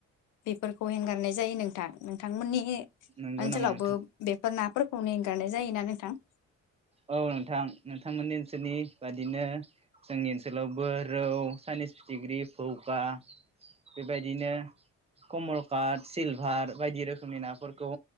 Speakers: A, on the left; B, on the right.
A: बेफोरखौ हेंगारनाय जायो नोंथां नोंथांमोननि ओनसोलावबो
B: नंगौ नामा नोंथां
A: बेफोर ना फोरखौनो एंगारनाय जायोना नोंथां?
B: औ नोंथां नोंथांमोननि ओनसोलनि बादिनो जोंनि ओनसोलावबो रौ, चाइनिस, फिथिख्रि, भौका बेबायदिनो कमलकाट, सिलभार बायदि रोखोमनि नाफोरखौ